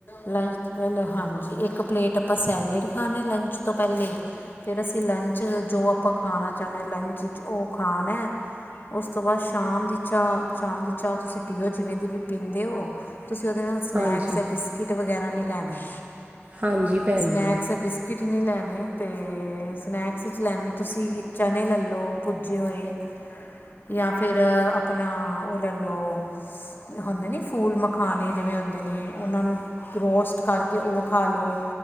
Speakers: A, on the left; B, on the right.
A: ਲੰਚ ਤੋਂ ਪੈਲੇ ਹਾਂਜੀ ਇੱਕ ਪਲੇਟ ਆਪਾਂ ਸੈਲੇਡ ਖਾਨੈ ਲੰਚ ਤੋਂ ਪੈਲੇ ਫੇਰ ਅਸੀਂ ਲੰਚ ਜੋ ਆਪਾਂ ਖਾਣਾ ਚਾਹਨੇ ਆਂ ਲੰਚ ਚ ਉਹ ਖਾਣੈ। ਉਸ ਤੋਂ ਬਾਅਦ ਸ਼ਾਮ ਦੀ ਚਾਹ ਸ਼ਾਮ ਦੀ ਚਾਹ ਤੁਸੀਂ ਪੀਓ ਜਿਵੇਂ ਦੀ ਵੀ ਪੀਂਦੇ ਹੋ। ਤੁਸੀਂ ਉਹਦੇ ਨਾਲ ਸਨੈਕਸ
B: ਹਾਂਜੀ
A: ਬਿਸਕਿਟ ਵਗੈਰਾ ਨਹੀਂ ਲੈਣੇ
B: ਹਾਂਜੀ ਭੈਣ
A: ਸਨੈਕਸ
B: ਜੀ
A: ਬਿਸਕਿਟ ਬਿਸਕਿਟ ਨਹੀਂ ਲੈਣੇ ਤੇ ਸਨੈਕਸ 'ਚ ਲੈਣੇ ਤੁਸੀਂ ਚਨੇ ਲੈ ਲਓ ਭੁੱਜੇ ਹੋਏ। ਜਾਂ ਫਿਰ ਆਪਣਾ ਉਹ ਲੈ ਲਓ। ਹੁੰਦੇ ਨੀ ਫੂਲ ਮਖਾਣੇ ਜਿਵੇਂ ਹੁੰਦੇ ਨੇ ਉਹਨਾਂ ਨੂੰ ਰੋਸਟ ਕਰਕੇ ਉਹ ਖਾ ਲਉ